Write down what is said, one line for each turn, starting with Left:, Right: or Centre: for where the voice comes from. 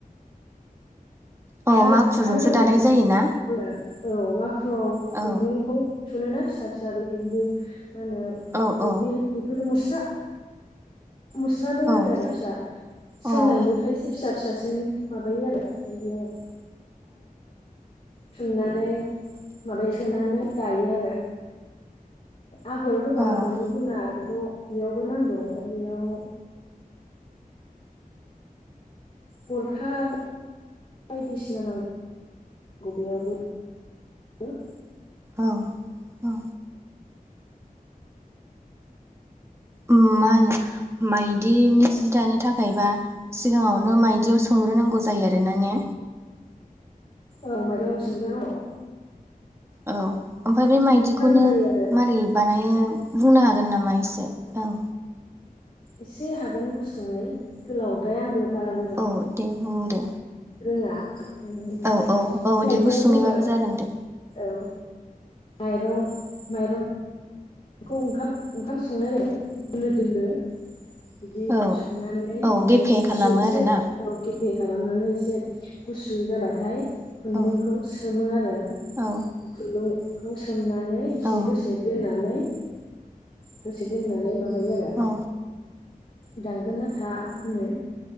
Right: औ
Left: थार
Right: माखुजोंसो
Left: थार होनानै
Right: दानाय जायोना
Left: होआ औ माखुआव खुन्दुंखौ
Right: औ
Left: थुुनोना फिसा फिसा बिदि बि मा होनो
Right: औ औ
Left: बबिल बेखौनो मुस्रा मुस्राबो होनो
Right: औ
Left: आरो फिसा
Right: अ
Left: सोंनायनिफ्रायसो
Right: औ
Left: फिसा फिसासिनि माबायो आरो ओमफ्राय बेयाव थुननानै माबाया सोनानै दायो आरो आगर होबा
Right: औ
Left: आगरनि गुना बेखौ बेयावबो नांगौ ओमफ्राय बेयाव गरखा बायदिसिना नांगौ बबेयावबो हो
Right: औ औ ओ मा होनो माइदिनि जि दानो थाखायबा सिगाङावनो मायदियाव सोंग्रोनांगौ जायो आरोना ने
Left: औ माइदिआव सोमग्रो नांगौ।
Right: औ ओमफफ्राय बे माइदिखौनो
Left: जायो आरो
Right: मारै बानायो बुंनो हागोन नामा एसे ओं
Left: एसे हागोन गुसुङै गोलावद्राय आंबो बारा मोजां
Right: औ दे बुंदो
Left: रोङा ओमफ्राय
Right: औ
Left: बेबायदियाव
Right: औ औ दे गुसुङैबाबो
Left: जोङो
Right: जागोन दे
Left: औ माइरं माइरं बेखौ ओंखाम ओंखाम संनाय दोलो दोलो बिदि
Right: औ
Left: संनानै ओमफ्राय
Right: औ गेफे
Left: गुस्रु
Right: खालामो
Left: एसे
Right: आरोना
Left: गेफे खालामनानै एसे गुसु जाबाथाय खुन्दुंखौ
Right: औ
Left: सोमो आरो
Right: औ
Left: खुन्दुंखौ सोमनानै एसे
Right: औ
Left: दसे दोननानै दसे दोननानै माबायो आरो
Right: औ
Left: दांगोन नाथा होनो